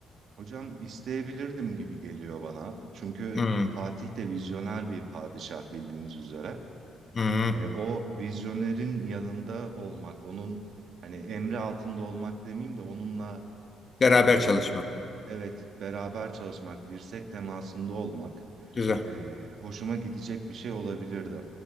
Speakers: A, on the right; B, on the left.
A: Hocam isteyebilirdim gibi geliyor bana. Çünkü
B: Hmm.
A: Fatih de vizyoner bir padişah bildiğiniz üzere.
B: Hmm,
A: Hani o vizyonerin yanında olmak, onun hani emri altında olmak demeyeyim de onunla
B: beraber
A: e,
B: çalışmak.
A: evet beraber çalışmak, dirsek temasında olmak.
B: Güzel.
A: e, hoşuma gidecek bir şey olabilirdi.